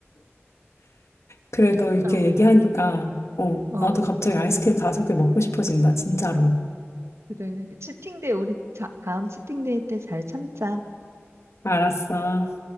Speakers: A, on the left; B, on the right.
A: 그래도 이렇게
B: 어,
A: 얘기하니까, 어,
B: 어,
A: 나도 갑자기 아이스크림 다섯 개 먹고 싶어진다, 진짜로.
B: 그래. 치팅데이, 우리 자- 다음 치팅데이 때 잘 참자.
A: 알았어.